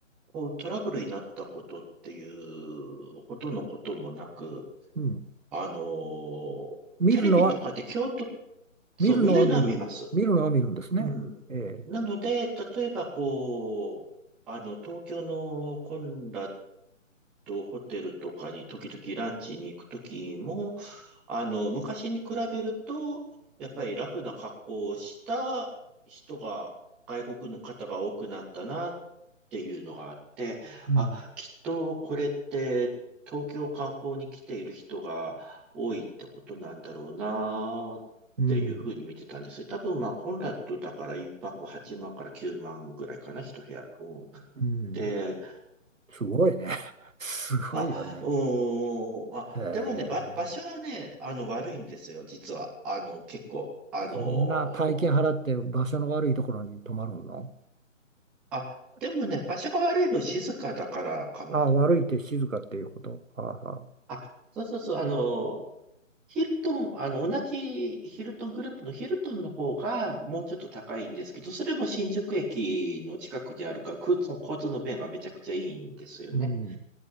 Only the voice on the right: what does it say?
うん。
見るのは、
見るのは見る。
見るのは見るんですね。
ええ、
うん、
うん、
うん。
すごいね。<laughs> すごいよね。
ええ、
そんな大金払って場所の悪いところに泊まるの
ああ、悪いって静かっていうこと。はあはあ
うん、